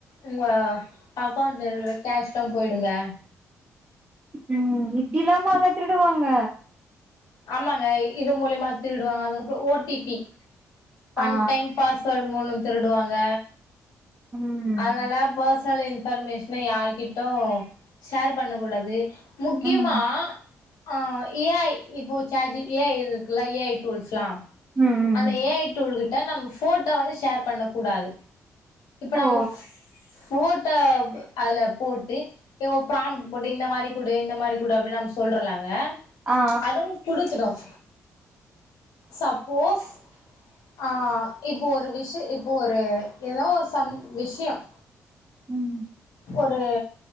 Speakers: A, on the left; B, on the right.
A: உங்க அக்கவுண்டல கேஷ்லா போயிடுங்க
B: உம் இப்படில்லாமா அவுங்க திருடுவாங்க
A: ஆமாங்க இது மூலியமா திருடுவாங்க அதுக்கப்புறம் ஓடிபி பன்
B: ஆ
A: டைம் பாஸ்வேர்ட் மூலம் திருடுவாங்க
B: ம்
A: அதனால பெர்ஷனல் ஷ்னல் இன்ஃபர்மேஷன யாருகிட்டும் ஷேர் பண்ண கூடாது முக்கியமா
B: ம்
A: ஆ ஏஐ இப்போ சார்ஜிபிடி ஏஐ இருக்குல்ல ஏஐ டூல்ஸ்லா
B: ம்
A: அந்த ஏ ஐ டூல்கிட்ட நம்ம ஃபோட்டோ வந்து ஷேர் பண்ண கூடாது இப்ப
B: ஓ
A: நம்ம ஃபோட்டோ அதுல போட்டு உன் பிராம்ட்டு போட்டு இந்த மாரி குடு இந்த மாரி குடு அப்படின்னு நம்ம சொல்றோ இல்லங்க
B: ஆ
A: அதுவும் குடுத்துடும் சப்போஸ் ஆ இப்போ ஒரு விஷய இப்போ ஒரு ஏதோ ஒரு சம் விஷயம்
B: உம்
A: ஒரு